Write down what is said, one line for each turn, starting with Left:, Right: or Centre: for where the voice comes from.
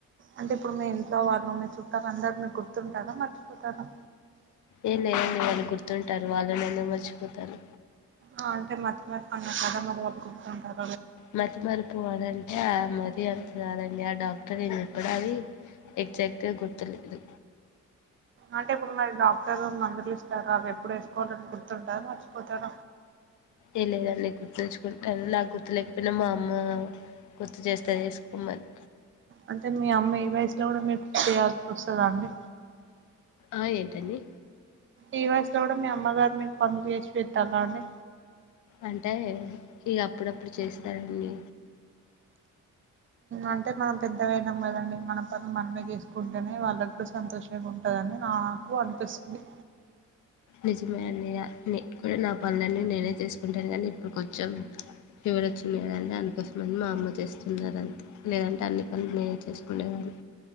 Right: అంటే ఇప్పుడు మీ ఇంట్లో వాళ్ళు మీ చుట్ట అందరు మీ గుర్తుంటారా మర్చిపోతారా
Left: ఎ లేదండి వాళ్ళు గుర్తుంటారు వాళ్ళను ఎలా మర్చిపోతాను
Right: ఆ అంటే మతిమరుపు అన్నారు కదా మరి వాళ్ళు గుర్తుంటార
Left: మతి మరిపు అనంటే ఆ మతి అంత కాదం ది ఆ డాక్టర్ ఏం చెప్పడు అది ఎగ్జాక్ట్గా గుర్తులేదు
Right: అంటే ఇప్పుడు మరి డాక్టర్ మందులు ఇస్ టారు అవి ఎప్పుడు వేసుకోవాలని గుర్తుంటాద మర్చిపోతార
Left: ఏ లేదండి గుర్తుచ్చుకుంటాను నాకు గుర్తు లేకపోయినా మా అమ్మ గుర్తు చేస్తది ఏసుకోమని
Right: అంటే మీ అమ్మ ఈ వయసులో కూడా మీకు చేయాల్సి వస్తదా అండి
Left: ఆ ఏంటండీ
Right: ఈ వయసులో కూడా మీ అమ్మగారు మీకు పనులు చేసి పెట్టాలా అండి
Left: అంటే ఇగ అప్పుడప్పుడు చేస్తాదండి
Right: అంటే మనం పెద్దగాయినాం కదండి మన పనులు మనమే చేసుకుంటేనే వాళ్ళ కూడా సంతోషంగా ఉంటందని నాకు అనిపిస్తుంది
Left: నిజమే అండి ఆ నే కూడా నా పనులన్నీ నేనే చేసుకుంటాను కానీ ఇప్పుడు కొంచెం ఫీవర్ వచ్చింది కదండి అందుకోసం అని మా అమ్మ చేస్తున్నారు అంతే లేదంటే అన్ని పనులు నేనే చేసుకునేదాన్ని